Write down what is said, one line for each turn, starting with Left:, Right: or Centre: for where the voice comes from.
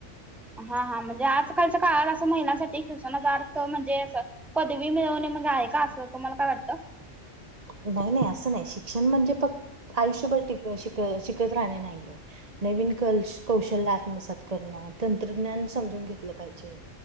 Centre: हा हा म्हणजे आजकालच्या काळात असं महिलांसाठी शिक्षणाचा अर्थ म्हणजे असं. पदवी मिळवणे मग आहे का असं तुम्हाला काय वाटतं.
Right: नाही नाही असं नाही शिक्षण म्हणजे फक्त आयुष्यभर शिक शिकत राहणे नाहीये. नवीन कौशल्य आत्मसात करणं तंत्रज्ञान समजून घेतलं पाहिजे.